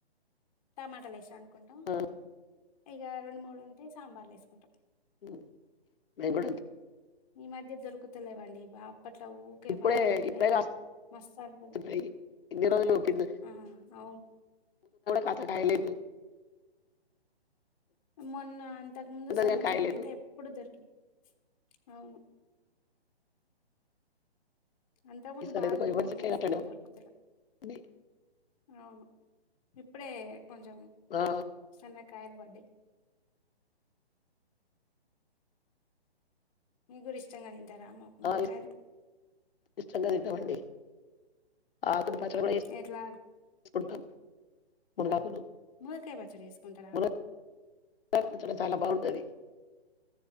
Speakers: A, on the left; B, on the left.
A: టమాటాల ఏసీ అండ్ కుంటాం
B: ఆ,
A: ఇగా రెండు మూడు ఉంటే సాంబార్లు వేసుకుంటాం
B: మ్ మేం కూడా అంతే
A: ఈ మధ్య దొరుకుతలేవండి అప్పట్లో ఊకే
B: ఇప్పుడే
A: బాగుండే
B: ఇప్పుడే
A: మస్త్ అండుకోని
B: కాస్తుంటాయి
A: తిన్నం మేం
B: ఇన్ని రోజులు కింద
A: ఆ అవ్ను
B: పాతకాయ లేదు
A: మొన్న అంతక ముందు సంవత్సరం
B: కానీ కాయలేదు
A: అయితే ఎప్పుడు దొరికింది అవును అంతా ముందు
B: ఈసారి
A: బాగా
B: ఎందుకో
A: దొరికింది
B: ఎవరి చెట్లే
A: కానీ
B: అట్లనే
A: ఇప్పుడు దొరుకుతాలేవ్
B: ఉంది
A: అవును అప్పుడే కొంచం
B: ఆ,
A: సనగా కాయలు పడై మిక్ గూడ ఇష్టంగా తింటారా ఇంక రామం ముల్లకాయలు
B: ఆ, ఇస్- ఇష్టంగా తింటామండి. ఆకుల పచ్చడీ కూడా చేస్
A: ఎట్లా
B: కుంటాం మునుగకులు.
A: ములక్కాయ పచ్చడి వేసుకుంటారా
B: <unintelligible> చాలా బాగుంటది